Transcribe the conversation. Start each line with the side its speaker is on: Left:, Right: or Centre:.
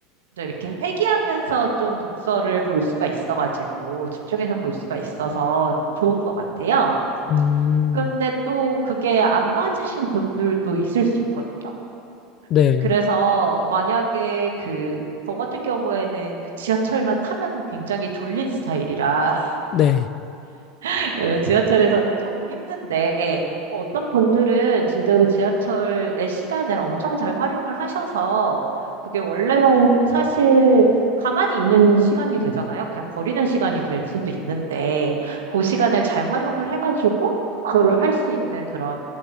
Right: 또 이렇게 회귀하면서 좀 독서를 볼 수가 있어가지고 집중해서 볼 수가 있어서 좋은 것 같아요.
Left: 음.
Right: 근데 또 그게 안 맞으신 분들도 있을 수 있거든요.
Left: 네.
Right: 그래서 만약에 그, 저 같은 경우에는 그 지하철만 타면 굉장히 졸린 스타일이라
Left: 네.
Right: <laughs> 지하철에서는 조금 힘든데, 뭐 어떤 분들은 진짜로 지하철의 시간을 엄청 잘 활용을 하셔서, 그게 원래는 사실 가만히 있는 시간이 되잖아요. 그냥 버리는 시간이 될 수도 있는데, 그 시간을 잘 활용을 해가지고, 그거를 할 수 있는 그런